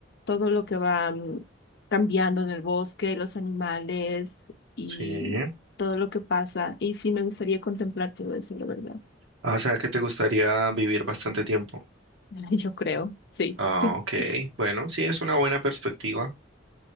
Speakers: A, on the left; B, on the right.
A: todo lo que va mm, cambiando en el bosque, los animales y
B: sí.
A: todo lo que pasa. Y sí me gustaría contemplar todo eso, la verdad.
B: Ah, o sea, que te gustaría vivir bastante tiempo.
A: <laughs> Yo creo, sí.
B: Ah,
A: <laughs>
B: ok. Bueno, sí, es una buena perspectiva.